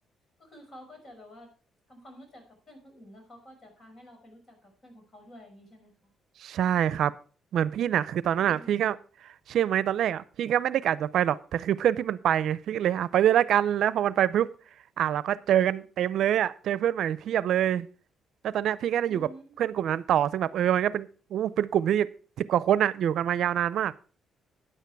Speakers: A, on the left (about 40°); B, on the right (about 70°).
A: ก็คือเขาก็จะแบบว่าทำความรู้จักกับเพื่อนคนอื่นแล้วเขาก็จะพาให้เราไปรู้จักกับเพื่อนของเขาด้วยอย่างนี้ใช่ไหมคะ
B: ใช่ครับเหมือนพี่น่ะคือตอนนั้นอ่ะพี่ก็
A: อืม
B: เชื่อไหมตอนแรกอ่ะพี่ก็ไม่ได้กะจะไปหรอกแต่คือเพื่อนพี่มันไปไงพี่ก็เลยอ่ะไปด้วยแล้วกันแล้วพอมันไปปุ๊บอ่ะเราก็เจอกันเต็มเลยอ่ะเจอเพื่อนใหม่เพียบเลยแล้วตอนเนี้ยพี่ก็ได้อยู่กับเพื่อนกลุ่มนั้นต่อซึ่งแบบเออมันก็เป็นอู้เป็นกลุ่มที่สิบกว่าคนอ่ะอยู่กันมายาวนานมาก
A: อืม